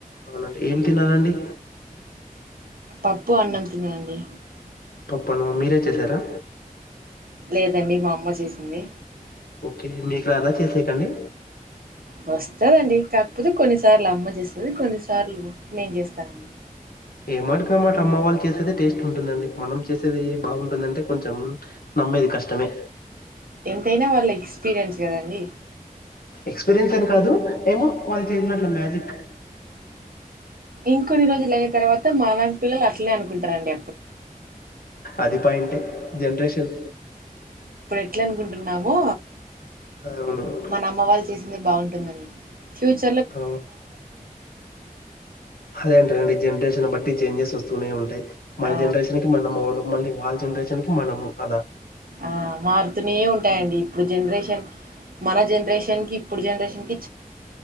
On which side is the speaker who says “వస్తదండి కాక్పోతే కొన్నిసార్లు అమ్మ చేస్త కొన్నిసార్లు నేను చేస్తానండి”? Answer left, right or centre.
Right